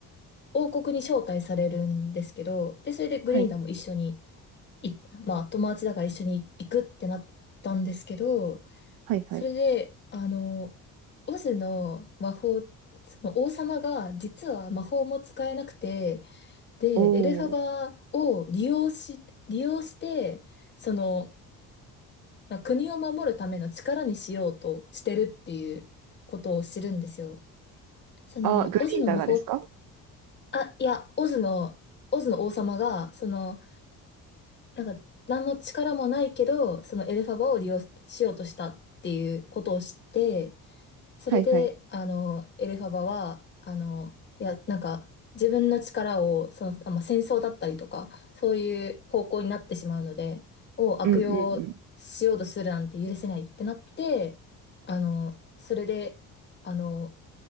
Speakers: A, on the left (about 30°); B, on the right (about 70°).
A: 王国に招待されるんですけど、で、それでグリンダムも一緒に、
B: はい、
A: い、まあ、友達だから一緒に行くってなったんですけど、
B: はい、
A: それで、
B: はい。
A: あの、オズの魔法、その王様が実は魔法も使えなくて、で、
B: おお。
A: エルファバを利用し、利用して、その、まあ国を守るための力にしようとしてるっていうことを知るんですよ。その、
B: あ、グリーンだがですか
A: オズの魔法あ、いや、オズの、オズの王様が、その、なんか、何の力もないけど、そのエルファバを利用しようとしたっていうことを知って、それで、
B: はいはい。
A: あの、エルファバは、あの、いや、なんか、自分の力を、その、あ、まあ、戦争だったりとか、そういう方向になってしまうので、を悪用しようとするなんて許せないってなって、
B: うん
A: あの、それで、あの、